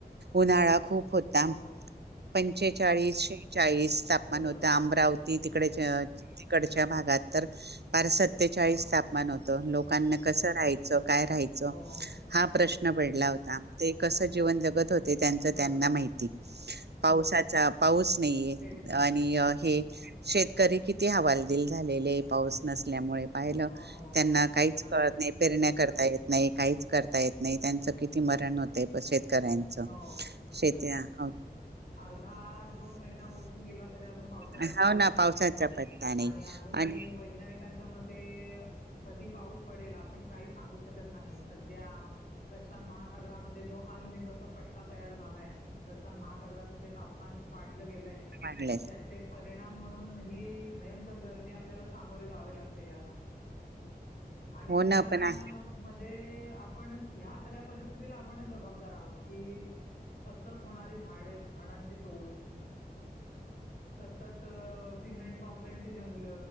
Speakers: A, on the right; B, on the left.
A: उन्हाळा खूप होता
B: हो
A: पण. छेचाळीसे. चाळीस तापमान
B: बरोबर
A: होत अमरावती ती तिकडेच्या तिकडच्या भागात तर पार सत्तेचाळीस
B: हो
A: तापमान
B: हो
A: होतं लोक लोकांना कसं राहायचं. काय राहायचं
B: हो हो.
A: हा प्रश्न पडला होता. ते कसं जीवन जगत होते ते त्यांच
B: बरोबर
A: त्यांना माहिती पावसाचा पाऊस. नाहीये
B: तेच ना
A: आणि हे, शेतकरी किती हवालदिल झालेले पाऊस नसल्यामुळे. पाहिलं
B: हो हो
A: त्यांना
B: हो
A: काहीच
B: अगदीच
A: कळत नाही पेरण्या करता येत. नाही काहीच करता येत नाही त्यांचं किती मरण होते तसेच. कऱायचं
B: हो
A: शेेत्या, हा.
B: अर्धा जून महिना उलटून गेला तरी अजून पावसाचा
A: हो
B: पत्ता
A: ना
B: नाहीये
A: पावसाचा पत्ता नाही
B: आणि अजूनही
A: आणि
B: वैज्ञानिक त्यांच्या म कधी पाऊस पडेल आपण काही सांगूको शकत नाही सध्या प्रशांत महासागरामध्ये जो अल ननोचा पट्टा तयार झालाय प्रशांत महा सागराचा तापमान वाढ गेय
A: म्हणले
B: त्या परिणाम म्हणून ही भयंकर गरमी आपल्याला सामोरे जावे लागते याला आणि
A: हो ना
B: त्या
A: पण आ
B: म आपण ह्या सगळ्या परिस्थितीला आपणच जबाबदार आहोत की सतत होणारी झाडे झाडांची तोड सतत-अ सिमेंट काँक्रीटची जंगल